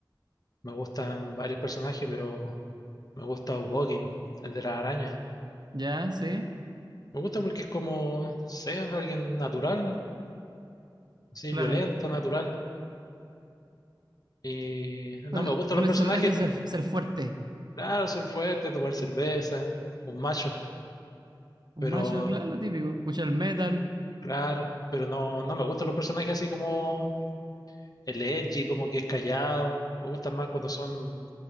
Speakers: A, on the left; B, on the right.
A: Me gustan varios personajes, pero me gusta Ubogin, el de la araña.
B: Ya, sí,
A: Me gusta porque es como, no sé, es alguien natural, así,
B: claro.
A: violento, natural. Y
B: ¿Cuál,
A: no me gustan
B: cuál
A: los personajes,
B: es su gracia? Ser, ser fuerte.
A: claro, ser fuerte, tomar cerveza, un macho,
B: Un
A: pero
B: macho, claro, lo típico. Escucha el metal.
A: claro, pero no, no me gustan los personajes así como el edgy, como que es callado. Me gustan más cuando son